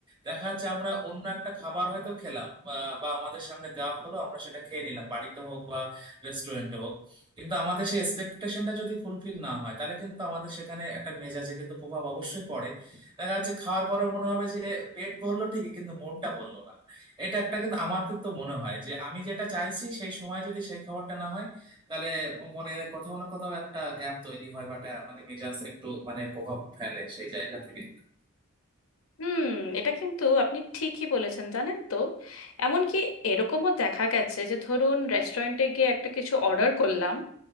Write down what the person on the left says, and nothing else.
হুম এটা কিন্তু আপনি ঠিকই বলেছেন জানেন তো এমনকি এরকমও দেখা গেছে যে ধরুন রেস্টুরেন্টে গিয়ে একটা কিছু অর্ডার করলাম